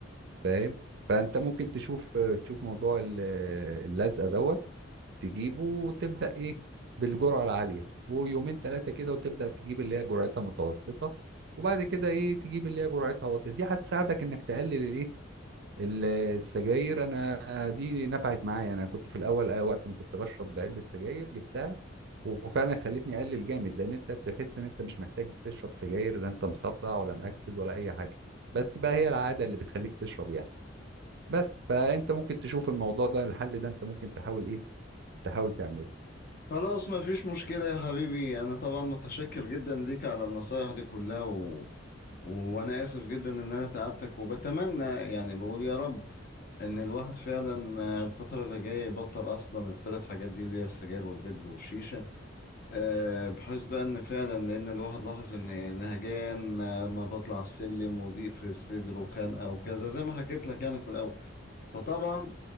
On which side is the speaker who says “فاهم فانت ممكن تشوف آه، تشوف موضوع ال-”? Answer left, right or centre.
Right